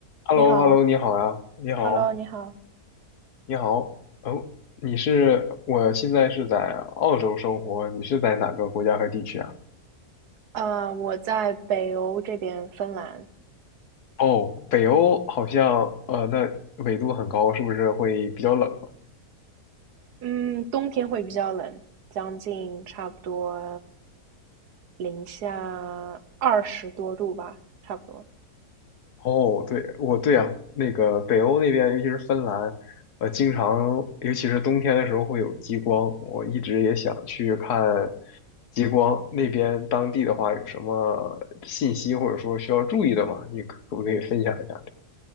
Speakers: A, on the left; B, on the right.
A: h e
B: 你好
A: l l o h e l l o 你好呀，你好，
B: ，Hello，你好，
A: 你好，哦，你是，我现在是在澳洲生活，你是在哪个国家和地区啊？
B: 呃，我在北欧这边，芬兰，
A: 哦，北欧好像，呃，那纬度很高，是不是会比较冷啊
B: 嗯，冬天会比较冷，将近差不多零下二十多度吧，差不多。
A: 哦，对，我对啊，那个北欧那边，尤其是芬兰，呃，经常，尤其是冬天的时候会有极光，我一直也想去看极光。那边当地的话，有什么信息或者说需要注意的吗？你可可不可以分享一下这